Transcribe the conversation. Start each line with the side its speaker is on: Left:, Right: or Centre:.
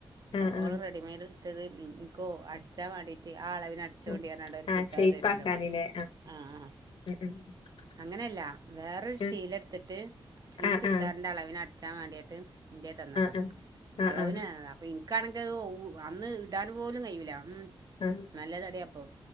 Left: ആ ആ
Right: ഓൾ റെഡിമെയഡ് എടുത്തത് മ്മ് നിനിക്കോ അടച്ചാൻ വേണ്ടീട്ട് ആ അളവിന് അടിച്ചോണ്ടിയതാണ്ട്
Left: ആ
Right: ഒരു
Left: ആ
Right: ചുരിദാർ
Left: ഷേപ്പാക്കാനില്ലേ
Right: തരുല്ലോ ആ ആ
Left: <unintelligible>
Right: അങ്ങനെയല്ല വേറൊരു
Left: ഉം
Right: ശീല എടുത്തിട്ട് ഈ
Left: ആ
Right: ചുരിദാറിന്റെ
Left: ആ
Right: അളവിനു അടി അടിച്ചാമണ്ടിട്ട് എന്റെ തന്നതാ.
Left: ആ ആ ആ ആ ആ
Right: അളവിന് തന്നതാണ് എനിക്കാണെങ്കി അത് ഓ അന്ന് ഇ ഇടാൻ പോലും കഴിയൂല ഉം
Left: ആ
Right: നല്ല തടിയാപ്പോ